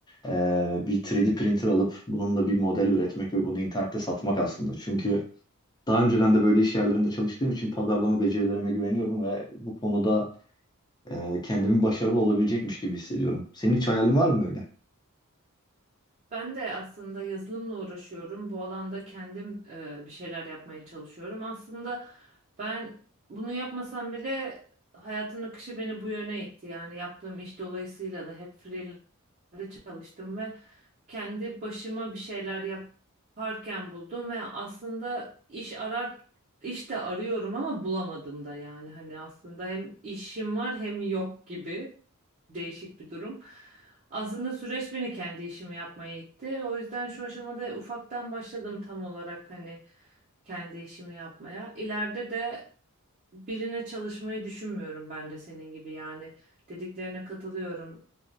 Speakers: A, on the left (about 20°); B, on the right (about 35°).
A: e, bir 3D printer alıp bununla bir model üretmek ve bunu internette satmak aslında. Çünkü daha önceden de böyle iş yerlerinde çalıştığım için pazarlama becerilerime güveniyorum ve bu konuda e, kendimi başarılı olabilecekmiş gibi hissediyorum. Senin hiç hayalin var mı öyle?
B: Ben de aslında yazılımla uğraşıyorum. Bu alanda kendim e, bir şeyler yapmaya çalışıyorum. Aslında ben bunu yapmasam bile hayatın akışı beni bu yöne itti. Yani yaptığım iş dolayısıyla da hep freelance'de çalıştım ve kendi başıma bir şeyler yaparken buldum ve aslında iş arar iş de arıyorum ama bulamadım da yani hani aslında hem işim var hem yok gibi değişik bir durum. Aslında süreç beni kendi işimi yapmaya itti. O yüzden şu aşamada ufaktan başladım tam olarak hani kendi işimi yapmaya. İleride de birine çalışmayı düşünmüyorum ben de senin gibi yani dediklerine katılıyorum